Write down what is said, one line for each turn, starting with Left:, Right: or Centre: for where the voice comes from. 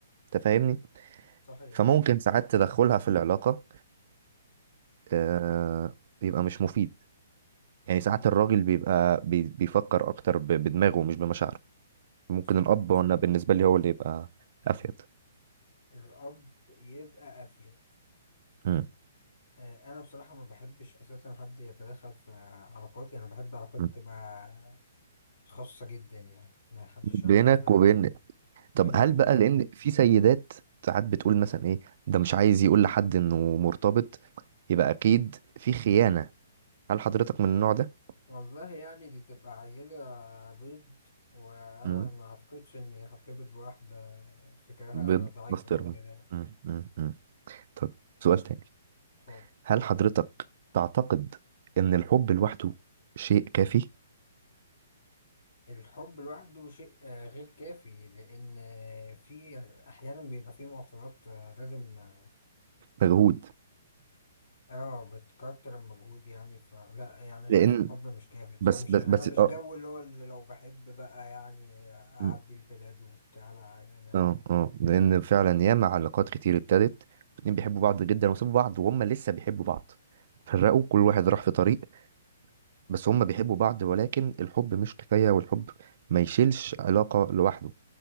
Right: انت فاهمني
Left: صحيح
Right: فممكن
Left: صحيح
Right: ساعات تدخلها في العلاقة آه، بيبقى مش مفيد يعني ساعات
Left: مم،
Right: الراجل بيبقى بي- بيفكر اكتر ب- بدماغه مش بمشاعره ممكن
Left: صحيح
Right: الاب وانا بالنسبه لي هو اللي يبقى افيد
Left: الأب يبقى أفيد
Right: مم.
Left: آه، أنا بصراحة ما بحبش أساسا حد يتدخل في علاقاتي أنا بحب علاقاتي
Right: مم.
Left: تبقى خاصة جدا يعني ما حدش
Right: بينك
Left: يعرف عنها
Right: وبين
Left: حاجة بيني
Right: طب هل
Left: و...
Right: بقى لان في سيدات ساعات بتقول مثلا ايه ده مش عايز يقول لحد انه مرتبط يبقى اكيد في خيانه هل حضرتك من النوع ده
Left: والله يعني دي تبقى عيلة بيض وأنا
Right: مم.
Left: ما أعتقدش إني هرتبط بواحدة فكرها
Right: بيض
Left: ضعيف
Right: بسطرمه
Left: أوي كده
Right: مم. مم. مم. طب سؤال تاني
Left: اتفضل
Right: هل حضرتك تعتقد ان الحب لوحده شيء كافي
Left: الحب لوحده شيء آه، غير كافي لأن آه، في أحيانا بيبقى في معطيات آه، لازم آه
Right: مجهود
Left: آه، بتكتر المجهود يعني فلا يعني أنا شايف
Right: لان
Left: الحب مش كافي بس
Right: بس
Left: أنا مش
Right: بس
Left: أنا
Right: بس
Left: مش
Right: اه
Left: جو اللي هو اللي لو بحب بقى يعني أعدي
Right: م.
Left: البلاد وبتاع لا يعني عادي
Right: اه اه لان فعلا ياما علاقات كتير ابتدت واتنين بيحبوا بعض جدا وسابوا بعض وهم لسه بيحبوا بعض فرقوا كل واحد راح في طريق بس هم بيحبوا بعض ولكن الحب مش كفاية والحب ما يشيلش علاقة لوحده